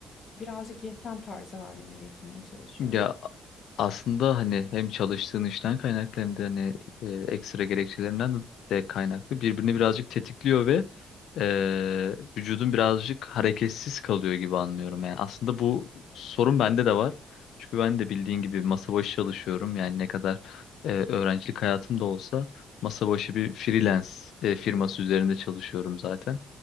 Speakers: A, on the left; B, on the left.
A: birazcık yaşam tarzı haline getirmeye çalışıyorum.
B: Ya Aslında hani hem çalıştığın işten kaynaklı hem de hani e, ekstra gerekçelerinden de kaynaklı birbirini birazcık tetikliyor ve e, vücudun birazcık hareketsiz kalıyor gibi anlıyorum. Yani aslında bu sorun bende de var. Çünkü ben de bildiğin gibi masa başı çalışıyorum. Yani ne kadar e, öğrencilik hayatım da olsa masa başı bir freelance e, firması üzerinde çalışıyorum zaten.